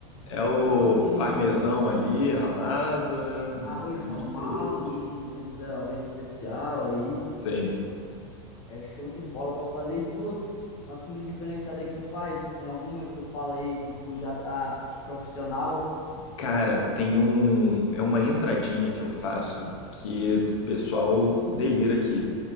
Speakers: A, on the left; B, on the left.
A: É
B: Esse
A: o
B: negócio de risoto,
A: parmesão ali, ralado, né? Um
B: arroz
A: creme
B: normal,
A: de leite.
B: não não precisa arroz especial aí.
A: Sim.
B: É show de bola pra fazer e tudo. Nossa comida diferenciada aí que tu faz, tem alguma que tu fala aí que tu já tá profissional?
A: Cara, tem um. É uma entradinha que eu faço que o pessoal delira aqui.